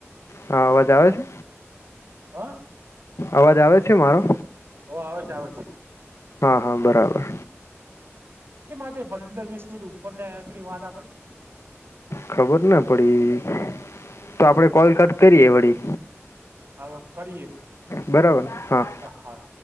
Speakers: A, on the left; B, on the right.
A: હા અવાજ આવે છે,
B: હા
A: અવાજ આવે છે મારો?
B: ઓ આવે છે, આવે છે.
A: હા હા બરાબર.
B: ચમ આજે પંદર વીસ મિનિટ ઉપર નેકડી વાત આપડી.
A: ખબર ના પડી, તો આપડે કોલ કટ કરીએ વળી.
B: હા તો કરીએ.
A: બરાબર, હા
B: આહાર